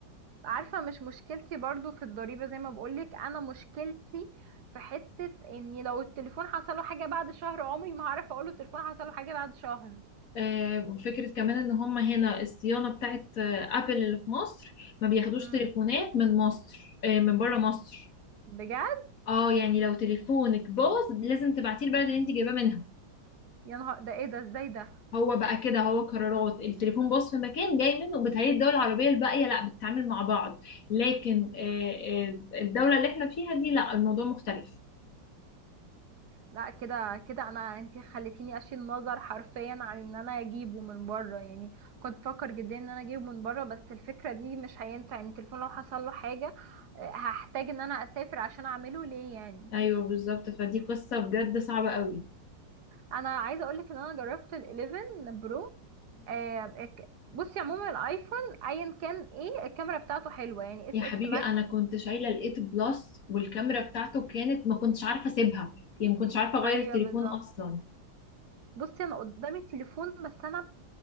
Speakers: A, on the right; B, on the left.
A: عارفه مش مشكلتي برضو في الضريبه زي ما بقولك انا مشكلتي في حته اني لو التليفون حصله حاجه بعد شهر عمري ما هعرف اقوله التليفون حصله حاجه بعد شهر
B: آه، فكرة كمان ان هم هنا الصيانة بتاعت آه، ابل اللي في مصر ما بياخدوش
A: امم
B: تليفونات من مصر آه، من بره مصر
A: بجد
B: اه يعني لو تليفونك باظ لازم تبعتيه البلد اللي انت جايباه منها
A: يا نهار ده ايه ده ازاي ده
B: هو بقى كده هو قرارات التليفون باظ في مكان جاي منه بتهيئ الدول العربية الباقية لا بتتعامل مع بعض لكن آه، آه، الدولة اللي احنا فيها دي لا الموضوع مختلف
A: لا كده كده انا انتي خليتيني اشيل نظر حرفيا عن ان انا اجيبه من بره يعني كنت بفكر جدا ان انا اجيبه من بره بس الفكره دي مش هينفع يعني التليفون لو حصل له حاجه آه، هحتاج ان انا اسافر عشان اعمله ليه يعني
B: ايوه بالظبط فدي قصة بجد صعبة قوي
A: انا عايزه اقولك ان انا جربت ال11 برو آه، ك- بصي عموما الايفون ايا كان ايه الكاميرا بتاعته حلوه يعني اس
B: يا حبيبي
A: اكس ماكس
B: انا كنت شايله الايت بلس والكاميرا بتاعته كانت ما كنتش عارفه اسيبها يعني ما كنتش عارفه اغير
A: ايوه
B: التليفون
A: بالظبط
B: اصلا
A: بصي انا قدامي تليفون بس انا